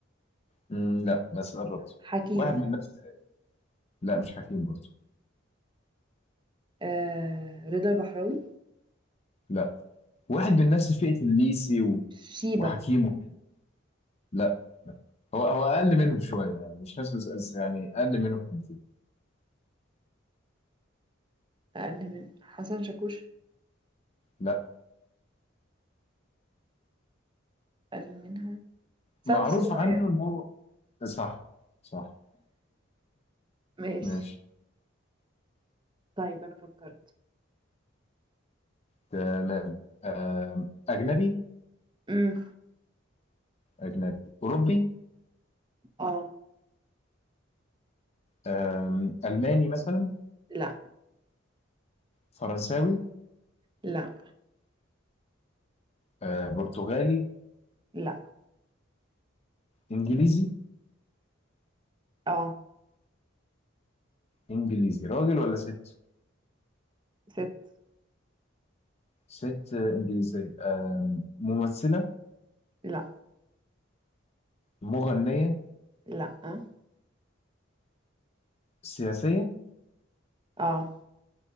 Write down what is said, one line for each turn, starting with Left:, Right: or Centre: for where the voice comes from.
Left: مم، لا بس قربت
Right: حكيم
Left: واحد من نفس لا مش حكيم برضه
Right: آه رضا البحراوي
Left: لا واحد من نفس فئه الليسي و...
Right: شيبة
Left: وحكيم وكده لا لا هو هو اقل منهم شويه يعني مش نفس الس- يعني اقل منهم حبتين
Right: أقل من حسن شاكوش
Left: لا
Right: أقل منها سعد
Left: معروف
Right: الصغير
Left: عنه ان هو صح صح
Right: ماشي
Left: ماشي
Right: طيب أنا فكرت
Left: تمام آم، اجنبي
Right: امم
Left: أجنبي أوروبي
Right: اه
Left: آم، ألماني مثلا
Right: لا
Left: فرنساوي
Right: لا
Left: آه، برتغالي
Right: لا
Left: إنجليزي
Right: اه
Left: إنجليزي راجل ولا ست؟
Right: ست
Left: ست آه، إنجليزية آم، ممثلة
Right: لا
Left: مغنية
Right: لا اه
Left: سياسية
Right: اه